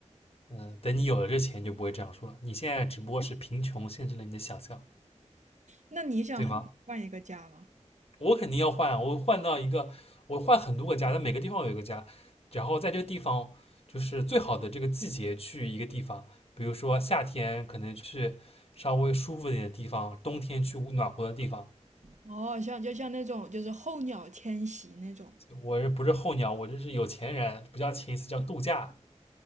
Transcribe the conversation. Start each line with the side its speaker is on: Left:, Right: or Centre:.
Left: 嗯，等你有了这钱，你就不会这样说了。你现在只不过是贫穷限制了你的想象，
Right: 那你想换换一个家吗？
Left: 对吗？我肯定要换啊，我换到一个，我换很多个家，但每个地方有一个家，然后在这个地方就是最好的这个季节去一个地方，比如说夏天可能去稍微舒服一点的地方，冬天去暖和的地方。
Right: 哦，像就像那种就是候鸟迁徙那种。
Left: 我这不是候鸟，我这是有钱人，不叫前一次叫度假，